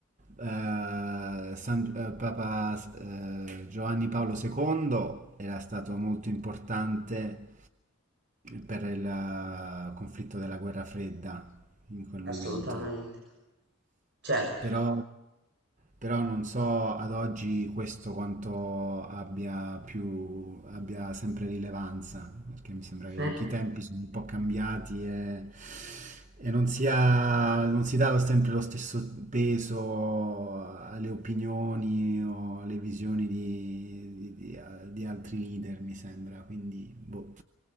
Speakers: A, on the right (about 35°); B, on the right (about 55°).
A: eh, San- eh, Papa eh, Giovanni Paolo II era stato molto importante per il eh, conflitto della guerra fredda in quel momento.
B: Assolutamente, certo.
A: Però, però non so ad oggi questo quanto abbia più, abbia sempre rilevanza, perché mi sembra che
B: Eh.
A: anche i tempi sono un po' cambiati e, e non sia, non si dà sempre lo stesso peso alle opinioni o alle visioni di, di- di- di altri leader, mi sembra, quindi boh.